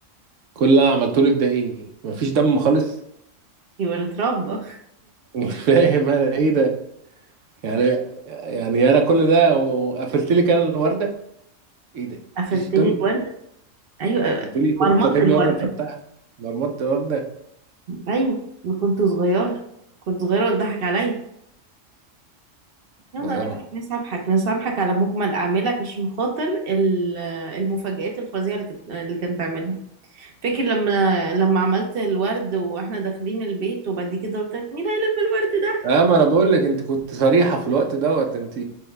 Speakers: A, on the right; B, on the right.
A: كل اللي أنا عملته لِك ده إيه؟ ما فيش دَم خالص؟
B: يبقى اتربى
A: <laughs> مش فاهم أنا إيه ده؟ يعني يعني أنا كل ده وقفلت لِك أنا الوردة؟ إيه ده؟
B: <laughs> قفلت
A: ما فيش
B: لي
A: دَم؟
B: الوردة ايوه
A: مش بتقولي كنت
B: مرمطة
A: واخدني
B: الوردة
A: ورده مفتحه مرمطت ورده
B: ايوه أنا كنت صغيرة كنت صغيرة وتضحك عليا يلا
A: صغيره
B: نسامحك نسامحك على مجمل أعمالك عشان خاطر ال- المفاجآت الفظيعة اللي كنت اللي كنت عاملها فاكر لما لما عملت الورد واحنا داخلين البيت وبعد كده قلت لك مين هيلم الورد ده؟
A: اه ما انا بقول لك انت كنت صريحه في الوقت دوت انت